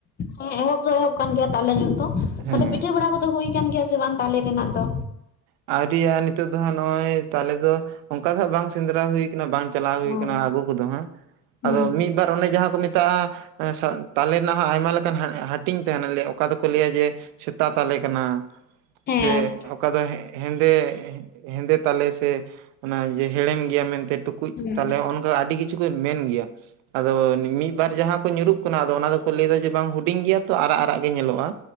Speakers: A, on the left; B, on the right.
A: ᱦᱮᱸ ᱮᱦᱚᱵ ᱫᱚ ᱮᱦᱚᱵ ᱠᱟᱱ ᱜᱮᱭᱟ ᱛᱟᱞᱮ ᱧᱩᱨ ᱫᱚ,
B: ᱦᱮᱸ
A: ᱛᱟᱦᱞᱮ ᱯᱤᱴᱷᱟᱹ ᱵᱟᱲᱟ ᱠᱚᱫᱚ ᱦᱩᱭ ᱠᱟᱱ ᱜᱮᱭᱟ ᱥᱮ ᱵᱟᱝ ᱛᱟᱞᱮ ᱨᱮᱱᱟᱜ ᱫᱚ?
B: ᱟᱹᱣᱨᱤᱼᱟ ᱱᱤᱛᱚᱜ ᱫᱚ ᱦᱟᱸᱜ ᱱᱚᱜᱼᱚᱭ ᱛᱟᱞᱮ ᱫᱚ ᱚᱝᱠᱟ ᱫᱚ ᱦᱟᱸᱜ ᱵᱟᱝ ᱥᱮᱸᱫᱽᱨᱟ ᱦᱩᱭ ᱠᱟᱱᱟ ᱵᱟᱝ ᱪᱟᱞᱟᱣ ᱦᱩᱭ
A: ᱚ
B: ᱠᱟᱱᱟ ᱟᱹᱜᱩ ᱠᱚᱫᱚ ᱦᱟᱸᱜ,
A: ᱦᱩᱸ
B: ᱟᱫᱚ ᱢᱤᱜ ᱵᱟᱨ ᱚᱱᱮ ᱡᱟᱦᱟᱸ ᱠᱚ ᱢᱮᱛᱟᱜᱼᱟ ᱮᱸ ᱥᱟ ᱛᱟᱞᱮ ᱨᱮᱱᱟᱜ ᱦᱚᱸ ᱟᱭᱢᱟ ᱞᱮᱠᱟᱱ ᱦᱟᱹᱴᱤᱧ ᱛᱟᱦᱮᱸᱱᱟ, ᱞᱮᱭᱟ ᱚᱠᱟ ᱫᱚᱠᱚ ᱞᱟᱹᱭᱟ ᱡᱮ ᱥᱮᱛᱟ ᱛᱟᱞᱮ ᱠᱟᱱᱟ,
A: ᱦᱮᱸ
B: ᱥᱮ ᱚᱠᱟ ᱫᱚ ᱦᱮᱸ ᱦᱮᱸᱫᱮ ᱦᱮᱸᱫᱮ ᱛᱟᱞᱮ ᱥᱮ ᱚᱱᱟ ᱡᱮ ᱦᱮᱲᱮᱢ ᱜᱮᱭᱟ ᱢᱮᱱᱛᱮ ᱴᱩᱠᱩᱡ
A: ᱦᱮᱸ ᱦᱮᱸ
B: ᱛᱟᱞᱮ ᱚᱱ ᱠᱟ ᱟᱹᱰᱤ ᱠᱤᱪᱷᱩ ᱠᱚ ᱢᱮᱱ ᱜᱮᱭᱟ᱾ ᱟᱫᱚ ᱢᱤᱜ ᱵᱟᱨ ᱡᱟᱦᱟᱸ ᱠᱚ ᱧᱩᱨᱩᱜ ᱠᱟᱱᱟ ᱟᱫᱚ ᱚᱱᱟ ᱫᱚᱠᱚ ᱞᱟᱹᱭ ᱫᱟ ᱡᱮ ᱵᱟᱝ ᱦᱩᱸᱰᱤᱧ ᱜᱮᱭᱟ ᱛᱚ ᱟᱨᱟᱜ ᱟᱨᱟᱜ ᱜᱮ ᱧᱮᱞᱚᱜᱼᱟ᱾